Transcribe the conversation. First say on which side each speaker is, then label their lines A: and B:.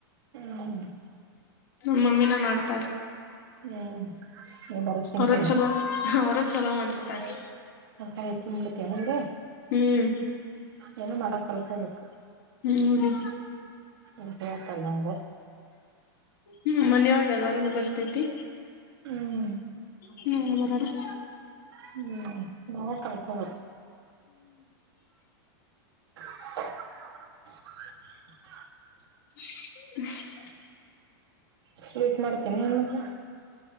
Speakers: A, on the right; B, on the left.
A: ಹ್ಮ
B: ನಮ್ಮ ಮಮ್ಮಿನೇ ಮಾಡ್ತಾ
A: ಹ್ಮ್ ನೀ ಬರ ತಿಂತೀಯನು
B: ಅವ್ರೋ ಚಲೋ ಅವ್ರೋ ಚಲೋ ಮಾಡಿರ್ತಾರೆ
A: <unintelligible>
B: ಹ್ಮ್
A: ಇನ್ನು ಮಾಡಕ್ಕ ಕಲ್ತ್ಕೋಬೇಕು
B: ಹ್ಮ್ ರೀ
A: ಇದೆ ತಲೆನೋವು
B: ಹ್ಮ್ ಮನೆಯೊಳಗೆ ಎಲ್ಲಾರ್ಗು ಬರ್ತೇತಿ
A: ಹ್ಮ್
B: ಹ್ಮ್ ಬರಲ್ಲ
A: ಹ್ಮ್ ನಾವ ಕಲ್ಕೋದು <unintelligible>
B: <inaudible>
A: ಸ್ವೀಟ್ ಮಾಡ್ತೀನಿ ಏನ್ ಮತ್ತೆ